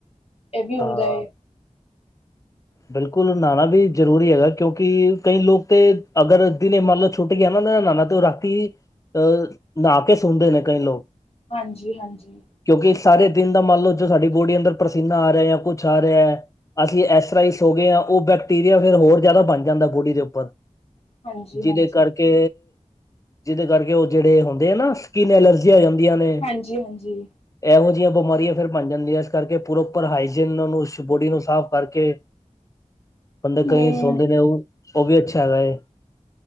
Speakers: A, on the left; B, on the left.
A: ਇਹ ਵੀ ਹੁੰਦਾ।
B: ਹਾਂ ਬਿਲਕੁਲ ਨਹਾਣਾ ਵੀ ਜ਼ਰੂਰੀ ਹੈਗਾ ਕਿਉਂਕਿ ਕਈ ਲੋਕ ਤੇ ਅਗਰ ਦਿਨੇ ਮਨ ਲ ਛੁੱਟ ਗਿਆ ਨਾਨਾ ਤੇ ਓ ਰਾਤੀ ਅਹ ਨਹਾ ਕੇ ਸੁਣਦੇ ਨੇ ਕਈ ਲੋਕ
A: ਹਾਂਜੀ-ਹਾਂਜੀ
B: ਕਿਉਂਕਿ ਸਾਰੇ ਦਿਨ ਦਾ ਮੰਨ ਲਓ ਜੋ ਸਾਡੀ ਬੋਡੀ ਅੰਦਰ ਪਰਸੀਨਾ ਆ ਰਿਆ ਜਾਂ ਕੁਛ ਆ ਰਿਆ ਐ ਅਸੀਂ ਐ ਸੋ ਗੇ ਆਂ ਓ ਬੈਕਟੀਰੀਆ ਫਿਰ ਹੋਰ ਜਾਦਾ ਬਣ ਜਾਂਦਾ ਬੋਡੀ ਦੇ ਉੱਪਰ
A: ਹਾਂਜੀ
B: ਜਿਦੇ
A: ਹਾਂਜੀ
B: ਕਰਕੇ ਜਿਦੇ ਕਰਕੇ ਓ ਜੇੜੇ ਹੁੰਦੇ ਆ ਨਾ ਸਕਿੰਨ ਐਲਰਜੀ ਹੋ ਜਾਂਦੀਆਂ ਨੇ।
A: ਹਾਂਜੀ ਹਾਂਜੀ
B: ਇਹੋ ਜਿਹੀਆਂ ਬਿਮਾਰੀਆਂ ਫਿਰ ਬਣ ਜਾਂਦੀਆਂ ਇਸ ਕਰਕੇ ਪੋਪਰ ਹਾਈਜੀਨ ਨੂੰ ਬੋਡੀ ਨੂੰ ਸਾਫ਼ ਕਰਕੇ ਬੰਦੇ
A: ਹਮ
B: ਕਈ ਸੋ ਦੇ ਨੇ ਓ-ਓ ਵੀ ਅੱਛਾ ਹੈਗਾ ਏ।